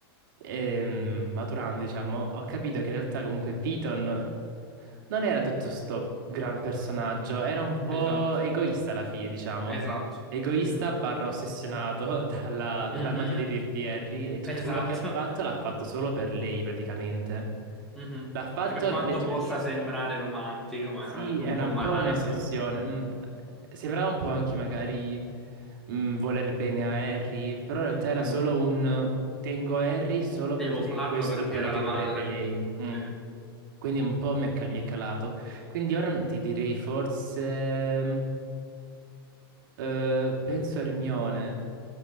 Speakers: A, on the right; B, in the centre.
A: ehm, maturando, diciamo, ho capito che in realtà comunque Python non era tutto sto gran personaggio, era un po'
B: esatto,
A: egoista alla fine, diciamo.
B: esatto.
A: Egoista
B: Mhm,
A: barra ossessionato <laughs> dalla,
B: mhm,
A: dalla madre di, Ri- di Harry e tutto
B: esatto.
A: quello che ha fatto l'ha fatto solo per lei praticamente.
B: Mhm.
A: L'ha fatto
B: Che per quanto
A: leggermente.
B: possa sembrare romantico, ma
A: Sì,
B: è anche
A: era
B: un po'
A: un
B: malato.
A: po' un'ossessione. mm, Sembrava un po' anche magari mm, voler bene a Harry, però in realtà
B: Mhm.
A: era solo un tengo Harry solo
B: Devo
A: perché
B: farlo
A: questo
B: perché
A: è quello
B: era
A: che
B: la
A: vorrebbe
B: madre.
A: lei.
B: Sì,
A: mm. Quindi un po' mi è, cal- mi è calato. Quindi ora ti direi forse... mm, eh, penso Hermione.